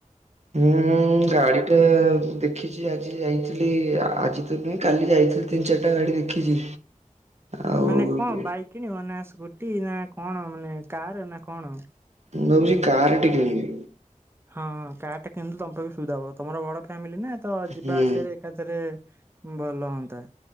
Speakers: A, on the right; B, on the right.
A: ହୁଁ ଗାଡି ଟା ଦେଖିଛି ଆଜି ଯାଇଥିଲି ଆଜି ତ ନୁହେଁ କାଲି ଯାଇଥିଲି ତିନି ଚାରିଟା ଗାଡି ଦେଖିଛି। ଆଉ
B: ମାନେ କଣ
A: ମୁଁ
B: ବାଇ କିଣ ଅନାସ ଗୋଟେ ନା କଣ ମାନେ କାର ନା କଣ?
A: ମୁ ଭାବୁଚି କାରଟି କିନିବି।
B: ହଁ କାର୍ ଟା କିନ୍ତୁ ତମ ପାଇଁ ବି ସୁବିଧା ହବ ତମର ବଡ ଫ୍ୟାମିଲି ନା। ତ ଯିବା
A: ହୁଁ
B: ଆସିବାରେ ଏକାଥରେ ଭଲ ହୁଅନ୍ତା।